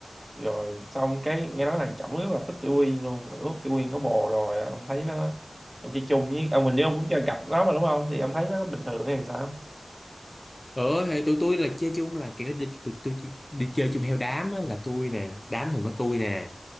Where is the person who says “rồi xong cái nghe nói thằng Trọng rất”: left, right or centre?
Right